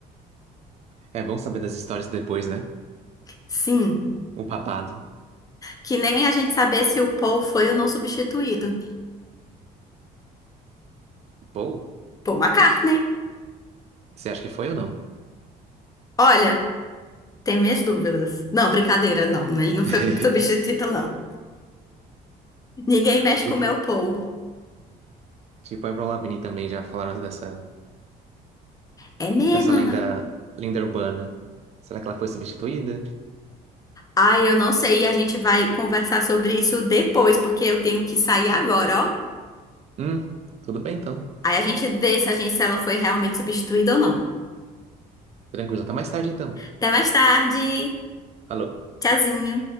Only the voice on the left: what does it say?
Sim,
que nem a gente saber se o Paul foi ou não substituído.
Paul McCartney.
Olha, tem minhas dúvidas. Não, brincadeira, não. Ele não
foi substituído, não. Ninguém mexe
com o meu Paul.
É mesmo,
né?
Ai, eu não sei, e a gente vai conversar sobre isso depois, porque eu tenho que sair agora, ó.
Aí a gente vê se a gente, se ela foi realmente substituída ou não.
Até mais tarde.
Tchauzinho.